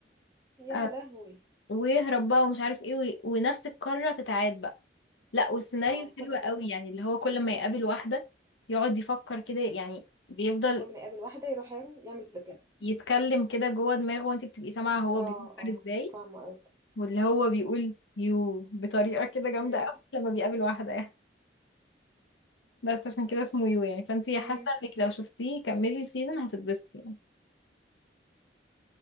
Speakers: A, on the right (about 15°); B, on the left (about 80°).
A: يا
B: آه،
A: لهوي
B: ويهرب بقى ومش عارف ايه وي- ونفس القارة تتعاد بقى لا والسيناريو
A: اه في كل
B: حلو
A: مرة
B: قوي يعني اللي هو كل ما يقابل واحدة يقعد يفكر كده يعني بيفضل
A: كل ما يقابل واحدة يروح يعمل ذكاء
B: يتكلم كده جوه دماغه وانت بتبقي سامعة هو
A: اه
B: بيفكر
A: اه
B: ازاي
A: فاهمة قصدك
B: واللي هو بيقول يو بطريقة كده جامدة
A: مم،
B: قوي <laughs> لما بيقابل واحدة يعني بس عشان كده اسمه يو يعني فانت حاسة
A: مم.
B: انك لو شفتيه كملي السيزون هتتبسطي يعني